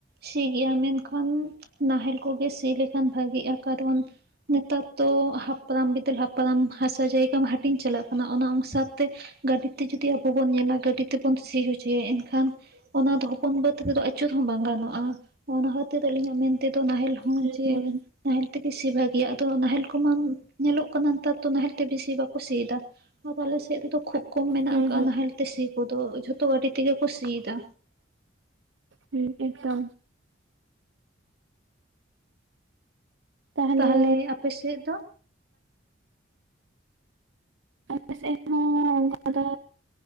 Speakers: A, on the right; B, on the right.
A: ᱥᱤ ᱜᱮᱭᱟ ᱢᱮᱱ ᱠᱷᱟᱱ ᱱᱟᱦᱮᱞ ᱠᱚ ᱜᱮ ᱥᱤ ᱞᱮ ᱠᱷᱟᱱ ᱵᱷᱟᱜᱤᱜᱼᱟ᱾ ᱠᱟᱨᱟᱱ ᱱᱮᱛᱟᱨ ᱛᱚ ᱦᱟᱯᱲᱟᱢ ᱵᱤᱫᱟᱹᱞ ᱦᱟᱯᱲᱟᱢ ᱦᱟᱥᱟ ᱡᱟᱭ ᱜᱟ ᱢᱟ ᱦᱟᱹᱴᱤᱧ ᱪᱟᱞᱟᱜ ᱠᱟᱱᱟ ᱚᱱᱟ ᱚᱱᱩ ᱥᱟᱨᱛᱮ ᱜᱟᱹᱰᱤ ᱛᱮ ᱡᱩᱫᱤ ᱟᱵᱚ ᱵᱚᱱ ᱧᱮᱞᱟ ᱜᱟᱹᱰᱤ ᱛᱮᱵᱚᱱ ᱥᱤ ᱦᱚᱪᱚ ᱭᱟ ᱮᱱ ᱠᱷᱟᱱ ᱚᱱᱟ ᱫᱚ ᱦᱚᱯᱚᱱ ᱵᱟᱹᱫᱽ ᱨᱮ ᱫᱚ ᱟᱹᱪᱩᱨ ᱦᱚᱸ ᱵᱟᱝ ᱜᱟᱱᱚᱜᱼᱟ᱾ ᱚᱱᱟ ᱠᱷᱟᱹᱛᱤᱨ ᱛᱮ ᱟᱹᱞᱤᱧ ᱟᱜ ᱢᱮᱱ ᱛᱮ ᱫᱚ ᱱᱟᱦᱮᱞ ᱦᱚᱸ
B: ᱦᱮᱸ
A: ᱡᱮ
B: ᱦᱮᱸ
A: ᱱᱟᱦᱮᱞ ᱛᱮ ᱜᱮ ᱥᱤ ᱵᱷᱟᱜᱮ ᱭᱟ ᱟᱫᱚ ᱱᱟᱦᱮᱞ ᱠᱚ ᱢᱟ ᱧᱮᱞᱚᱜ ᱠᱟᱱᱟ ᱱᱮᱛᱟᱨ ᱫᱚ ᱱᱟᱦᱮᱞ ᱛᱮ ᱵᱤ ᱥᱤ ᱵᱟᱠᱚ ᱥᱤ ᱭᱮᱫᱟ ᱟᱞᱮ ᱥᱮᱫ ᱨᱮ ᱫᱚ ᱠᱷᱩᱵ ᱠᱚᱢ ᱢᱮᱱᱟᱜ
B: ᱦᱮᱸ
A: ᱟᱠᱟᱫᱟᱼᱟ ᱱᱟᱦᱮᱞ ᱛᱮ ᱥᱤ ᱠᱚ ᱫᱚ ᱡᱷᱚᱛᱚ ᱜᱟᱹᱰᱤ ᱛᱮ ᱜᱮ ᱠᱚ ᱥᱤ ᱭᱮᱫᱟ᱾
B: ᱦᱮᱸ ᱮᱠᱫᱚᱢ ᱛᱟᱦᱚᱞᱮ
A: ᱛᱟᱦᱞᱮ ᱟᱯᱮ ᱥᱮᱫ ᱫᱚ?
B: ᱟᱞᱮ ᱥᱮᱫ ᱦᱚᱸ ᱚᱱᱠᱟ